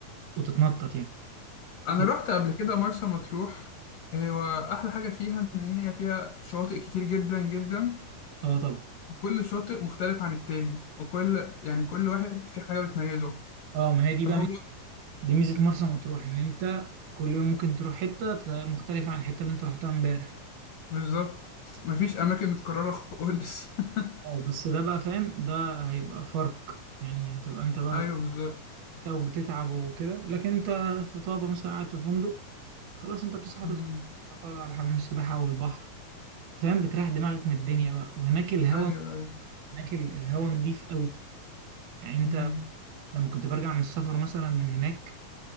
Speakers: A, on the right; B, on the left.
A: وتتنطط يعني
B: انا
A: لا
B: رحت قبل كده مرسى مطروح هو احلى حاجه فيها ان هي فيها شواطئ كتير جدا جدا
A: اه طبعا
B: وكل شاطئ مختلف عن التاني وكل يعني كل واحد في حاجة بتميزه
A: اه ما هي دي
B: فهو
A: بقى ميزة- دي ميزة مرسى مطروح ان انت كل يوم ممكن تروح حتة مختلفة عن الحتة اللي انت رحتها امبارح
B: بالظبط مفيش أماكن متكررة خالص <laughs>
A: اه بس ده بقى فاهم ده هيبقى فرق يعني هتبقى انت بقى
B: أيوه
A: كنت
B: بالظبط
A: وبتتعب وكده لكن انت في طابة مثلا قاعد في فندق خلاص انت بتصحى
B: مم.
A: تفطر تروح تقعد على حمام السباحة والبحر فاهم بتريح دماغك من الدنيا بقى وهناك الهوا
B: أيوه أيوه
A: هناك ال- الهوا نضيف قوي يعني انت
B: مم.
A: لما كنت برجع من السفر مثلا من هناك